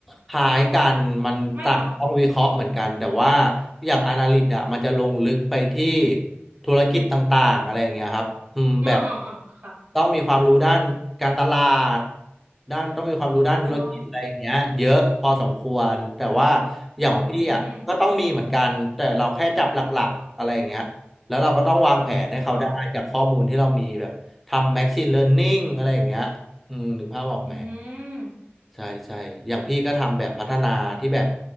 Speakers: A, in the centre; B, on the right.
A: คล้ายกันมันต่างต้องวิเคราะห์เหมือนกันแต่ว่า
B: ไม่เนาะ
A: อย่างอนาลิตอะมันจะลงลึกไปที่ธุรกิจต่างๆอะไรอย่างเงี้ยครับอืมแบบ
B: อ่าอ่าอ่าค่ะ
A: ต้องมีความรู้ด้านการตลาดด้านต้องมีความรู้ด้านธุรกิจอะไรอย่างเงี้ยเยอะพอสมควรแต่ว่า
B: อ๋อ
A: อย่างของพี่อะก็ต้องมีเหมือนกันแต่เราแค่จับหลักๆอะไรอย่างเงี้ยแล้วเราก็ต้องวางแผนให้เขาได้จากข้อมูลที่เรามีแบบทำ
B: อืมอ๋อ
A: machine learning อะไรอย่างเงี้ยอืมนึกภาพออกไหม
B: อืม
A: ใช่ใช่อย่างพี่ก็ทำแบบพัฒนาที่แบบ